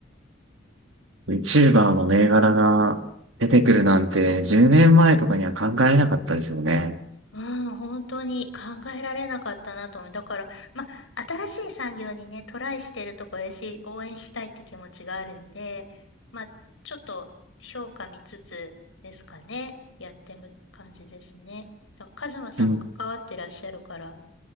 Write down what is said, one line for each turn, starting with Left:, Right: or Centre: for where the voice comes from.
Right: VTuber の銘柄が出てくるなんて10年前とかには考えなかったですよね。
Left: うん、本当に考えられなかったなと思う。だから、まあ、新しい産業にね、トライしてるとこだし、応援したいって気持ちがあるんで、まあ、ちょっと評価見つつですかね。やってむ感じですね。だから、カズマさんも関わってらっしゃるから、
Right: うん、